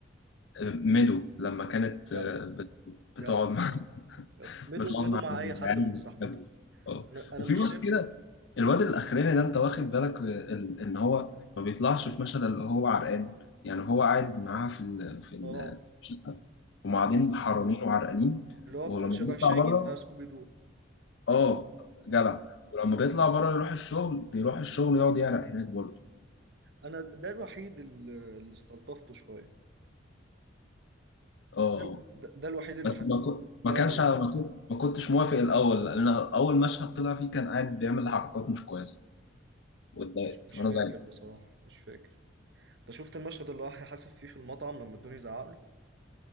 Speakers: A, on the left; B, on the right.
A: ميدو لما كانت آه،
B: جدع
A: بت- بتقعد
B: جدع
A: مع
B: جدع
A: <laughs>
B: مدوا
A: بتقعد
B: مدوا
A: مع
B: مع
A: العيال
B: اي حد من صاحبتهم
A: اه
B: انا انا
A: وفي
B: مش
A: وقت
B: شايف
A: كده الواد الاخراني ده انت واخد بالك ال- ان هو ما بيطلعش في مشهد اللي هو عرقان يعني هو قاعد معاها في ال في ال
B: اه
A: هم قاعدين حرانين وعرقانين
B: اللي هو
A: ولما
B: بتاع شبه
A: بيطلع
B: شاجي
A: بره
B: بتاع سكوبي دو
A: اه جدع
B: اه
A: ولما بيطلع بره يروح الشغل بيروح الشغل يقعد يعرق هناك برضه
B: انا ده الوحيد اللي اللي استلطفته شويه
A: اه
B: ده, ده, ده الوحيد اللي
A: بس
B: حسيته
A: ما كنت
B: لايق
A: ما كانش
B: على
A: ما
B: مدوا
A: كنت ما كنتش موافق الاول لان اول مشهد طلع فيه كان قاعد بيعمل حركات مش كويسه واتضايقت
B: مش, مش
A: وانا
B: فاكر
A: زعلت
B: بصراحه مش فاكر انت شفت المشهد اللي راح يحاسب فيه في المطعم لما توني زعق له